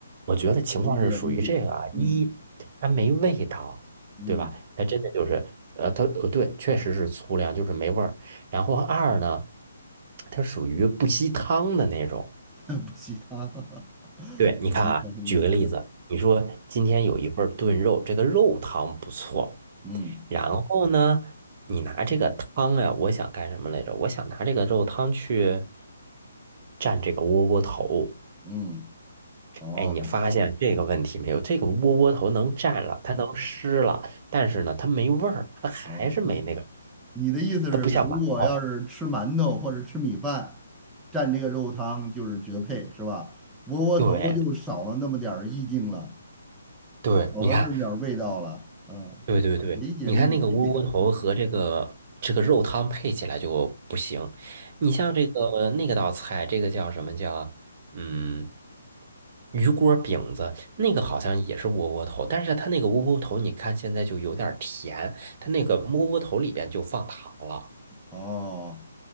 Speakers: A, on the right; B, in the centre.
A: 我觉得情况是属于这个啊，
B: 理解理解，嗯
A: 一，它没味道，
B: 嗯，
A: 对吧？它真的就是，呃，它呃，对，确实是粗粮，就是没味儿。然后二呢，它属于不吸汤的那种。
B: <laughs> 不吸糖，<laughs>
A: 对，你看啊，
B: 我没发现意思。
A: 举个例子，你说今天有一份儿炖肉，这个肉汤不错，
B: 嗯
A: 然后呢，你拿这个汤呀、我想干什么来着？我想拿这个肉汤去蘸这个窝窝头。
B: 嗯，哦
A: 哎，你发现这个问题没有？这个窝窝头能蘸了，它能湿了，但是呢，它没味儿，它还是没那个，
B: 哦。你的意思是，
A: 它不像馒头。
B: 如果要是吃馒头或者吃米饭，蘸这个肉汤就是绝配，是吧？窝窝头就少了那么点儿意境了，
A: 对对，
B: 少了那么点儿味道了。
A: 你看，
B: 嗯，
A: 对对对，
B: 理解理解理解。
A: 你看那个窝窝头和这个这个肉汤配起来就不行。你像这个那个道菜，这个叫什么叫嗯鱼锅饼子，那个好像也是窝窝头，但是它那个窝窝头，你看现在就有点儿甜，它那个窝窝头里边就放糖了。
B: 哦，